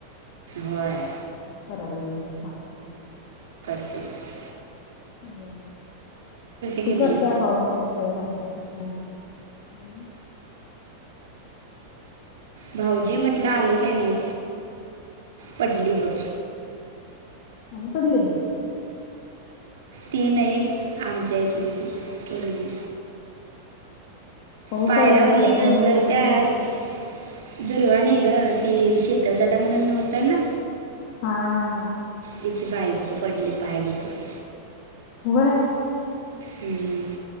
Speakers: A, on the right; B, on the left.
A: होय
B: कराले बाकरी.
A: बस.
B: हो
A: की
B: ती
A: नाही
B: करतेय का मी करतेय रात्री पण होत. हम.
A: भाऊजी म्हटलं आले काय नाही पडली बघ.
B: हनी पडले.
A: ती नाही आमच्या इथली ती मुलगी.
B: पाऊस
A: पायऱ्यावर
B: आहे लय बाहेर
A: नि
B: लावून
A: घसर
B: देऊ नकोस
A: त्यात
B: बाई
A: दुरवानी. ग ती शतलदादा म्हणून होत ना
B: हा हा हा
A: तिची बायको पडली पाय बसली.
B: हो.
A: हम्म